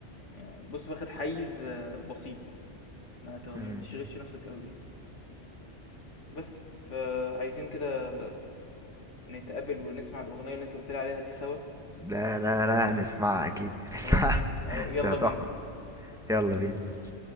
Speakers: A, on the left; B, in the centre.
A: يعني بُص واخد حيّز آه، بسيط يعني، ما ت ما
B: مم.
A: تشغلش نَفْسك أوي بيه، بس فعايزين كده نتقابل ونسمع الأغنية اللي أنت قُلت لي عليها دي سوا،
B: لا لا لا هنسمعها اكيد هنسمعها
A: خلاص آآ
B: <laughs>
A: يالّا
B: ده تحفة
A: بينا.
B: يلا بينا
A: يالّا.